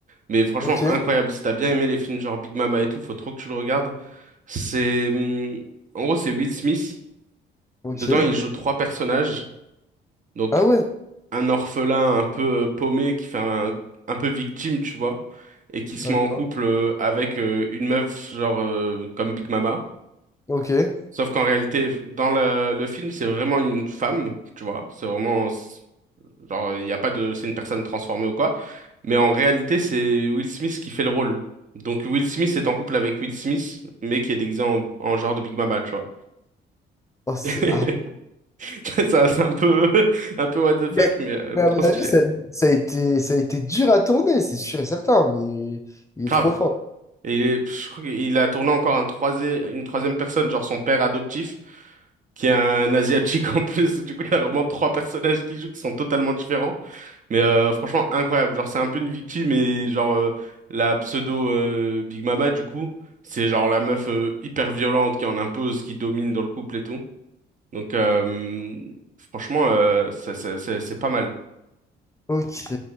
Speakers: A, on the right; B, on the left.
A: mais franchement
B: Ok.
A: incroyable. Si t'as bien aimé les films genre Big Mama et tout, faut trop que tu le regardes. C'est, hum, en gros, c'est Will Smith.
B: Ok.
A: Dedans, il joue trois personnages, donc
B: Ah ouais.
A: un orphelin un peu euh, paumé qui fait un, un peu victime, tu vois, et qui
B: D'accord.
A: se met en couple euh, avec euh, une meuf genre euh, comme Big Mama.
B: Ok.
A: Sauf qu'en réalité, dans le, le film, c'est vraiment une femme, tu vois. C'est vraiment Genre, il n'y a pas de, c'est une personne transformée ou quoi. Mais en réalité, c'est Will Smith qui fait le rôle. Donc Will Smith est en couple avec Will Smith, mais qui est déguisé en, en genre de Big Mama, tu vois.
B: Oh, c'est...
A: <laughs>
B: ah.
A: Ça, c'est un peu, <laughs> un peu what the fuck,
B: Mais,
A: mais euh,
B: mais à
A: trop
B: mon
A: stylé.
B: avis, ça, ça a été, ça a été dur à tourner, c'est sûr et certain, mais il
A: Grave.
B: est trop fort.
A: Et il est- je crois qu'il a tourné encore un troisième, une troisième personne, genre son père adoptif, qui est un asiatique en plus. Du coup, il y a vraiment trois personnages qui jouent qui sont totalement différents. Mais euh, franchement, incroyable. Genre, c'est un peu une victime et genre euh, la pseudo euh, Big Mama du coup, c'est genre la meuf euh, hyper violente qui en impose, qui domine dans le couple et tout. Donc euh, franchement, euh, ça- ça- ça- c'est pas mal.
B: Ok.